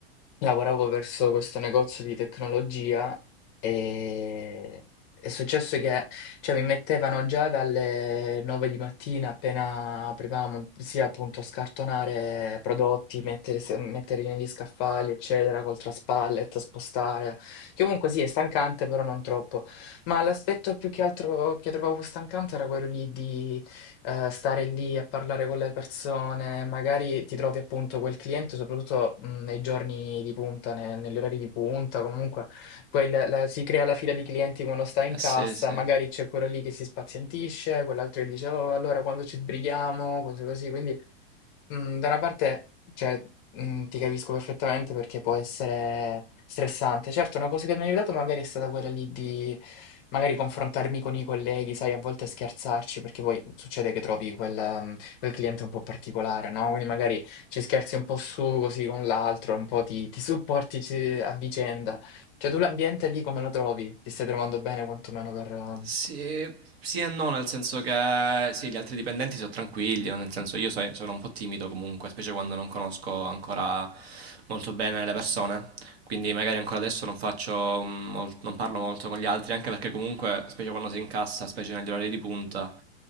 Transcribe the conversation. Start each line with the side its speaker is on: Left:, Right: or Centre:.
Left: lavoravo verso questo negozio di tecnologia e è successo che cioè mi mettevano già dalle 9 di mattina appena aprivamo, sia appunto scartonare prodotti, mettere, se- metterli negli scaffali, eccetera, col traspallet, spostare, che comunque sì è stancante, però non troppo. Ma l'aspetto più che altro che trovavo stancante era quello lì di eh, stare lì a parlare con le persone, magari ti trovi appunto quel cliente, soprattutto mh, nei giorni di punta, ne- negli orari di punta, comunque poi la- la- si crea la fila di clienti quando sta in
Right: Eh
Left: cassa,
Right: sì, sì.
Left: magari c'è quello lì che si spazientisce, quell'altro che dice, oh, allora quando ci sbrighiamo, cose così. Quindi, mh, da una parte, cioè, mh, ti capisco perfettamente perché può essere stressante. Certo, una cosa che mi ha aiutato magari è stata quella lì di magari confrontarmi con i colleghi, sai, a volte scherzarci, perché poi succede che trovi quel, mm, quel cliente un po' particolare, no? Quindi magari ci scherzi un po' su, così con l'altro, un po' ti, ti supporti ci- a vicenda. Cioè, tu l'ambiente lì come lo trovi? Ti stai trovando bene quantomeno per... eh,
Right: Sì, sì e no, nel senso che sì, gli altri dipendenti sono tranquilli, nel senso io so- sono un po' timido comunque, specie quando non conosco ancora molto bene le persone. Quindi magari ancora adesso non faccio mm, mol- non parlo molto con gli altri, anche perché comunque, specie quando sei in cassa, specie negli orari di punta,